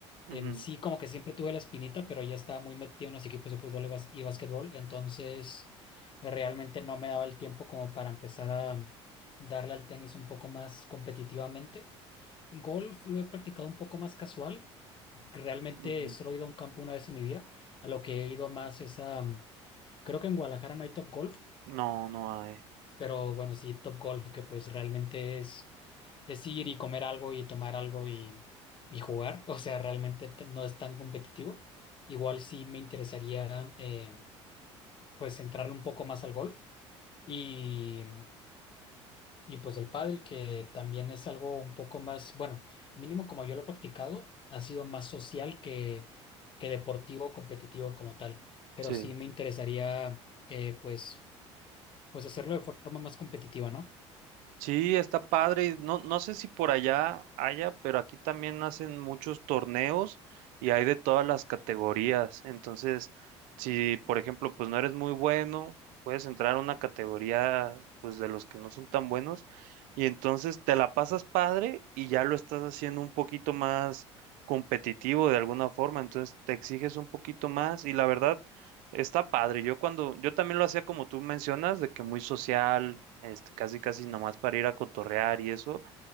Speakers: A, on the right (about 60°); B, on the left (about 35°).
A: Ujú,
B: Em, sí, como que siempre tuve la espinita, pero ya estaba muy metido en los equipos de fútbol y, bas- y básquetbol, entonces realmente no me daba el tiempo como para empezar a darle al tenis un poco más competitivamente. Golf lo he practicado un poco más casual. Realmente
A: ujú.
B: solo he ido a un campo una vez en mi vida. A lo que he ido más es a... mm, Creo que en Guadalajara no hay Top Golf,
A: No, no hay.
B: pero bueno, sí, Top Golf, que pues realmente es, es ir y comer algo y tomar algo y, y jugar. <laughs> O sea, realmente t- no es tan competitivo. Igual sí me interesaría eh, pues centrarle un poco más al golf. Y Y pues el pádel, que también es algo un poco más, bueno, mínimo como yo lo he practicado, ha sido más social que, que deportivo o competitivo como tal. Pero
A: Sí.
B: sí me interesaría, eh, pues, pues hacerlo de forma más competitiva, ¿no?
A: Sí, está padre. No, no sé si por allá haya, pero aquí también hacen muchos torneos y hay de todas las categorías. Entonces, si por ejemplo, pues no eres muy bueno, puedes entrar a una categoría pues de los que no son tan buenos y entonces te la pasas padre y ya lo estás haciendo un poquito más competitivo de alguna forma. Entonces, te exiges un poquito más y la verdad Está padre. Yo cuando, yo también lo hacía como tú mencionas, de que muy social, este, casi casi nomás para ir a cotorrear y eso,